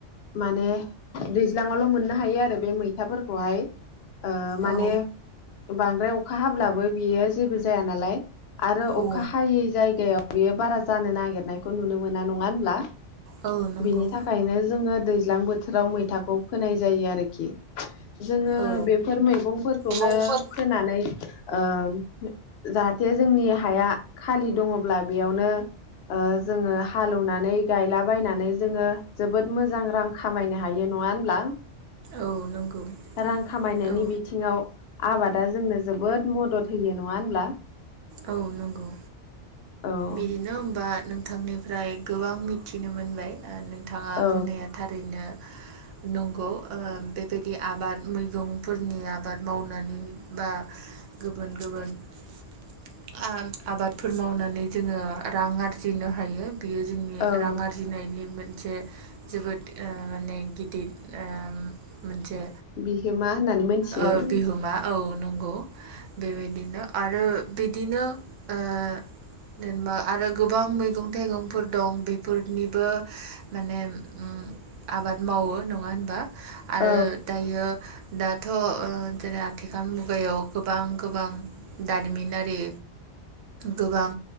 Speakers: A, on the left; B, on the right.
A: माने दैज्लाङावल' मोननो हायो आरो बे मैथाफोरखौहाय ओ माने
B: औ
A: बांद्राय अखा हाब्लाबो बियो जेबो जाया नालाय। आरो
B: औ
A: अखा हायै जायगायाव बेयो बारा जानो नागिरनायखौ नुनो मोना नङा होनब्ला।
B: औ नंगौ
A: बिनि थाखायनो जोङो दैज्लां बोथोराव मैथाखौ फोनाय जायो आरोखि। जोङो
B: औ
A: बेफोर मैगंफोरखौनो
B: मैगंफोर
A: फोनानै ओम जाहाथे जोंनि हाया खालि दङब्ला बेयावनो ओ जोङो हालेवनानै गायलाबायनानै जोङो जोबोद मोजां रां खामायनो हायो। नङा होनब्ला
B: औ नंगौ
A: रां खामाय नायनि
B: औ
A: बिथिङाव आबादा जोंनो जोबोद मदद होयो नङा होनब्ला?
B: औ नंगौ
A: औ
B: बिदिनो होनबा नोंथांनिफ्राय गोबां मिथिनो मोनबाय नोंथाङा
A: औ
B: बुंनाया थारैनो
A: <inaudible>
B: नंगौ बेबायदि आबाद मैगंफोरनि आबाद मावनानै बा गुबुन गुबुन
A: <inaudible>
B: ओ आबादफोर मावनानै जोङो रां आरजिनो हायो बेयो जोंनि
A: औ
B: रां आरजिनायनि मोन से जोबोद ओ माने गिदिर ओम मोनसे
A: बिहोमा होननानै मोनथियो
B: औ बिहोमा औ नंगौ बेबायदिनो आरो बिदिनो ओ जेनेबा आरो गोबां मैगं-थाइगंफोर दं बेफोरनिबो माने ओम आबाद मावो नङा होनबा आरो
A: औ
B: दायो दाथ' जेरै आथिखाल मुगायाव गोबां गोबां दा रिमिनारि गोबां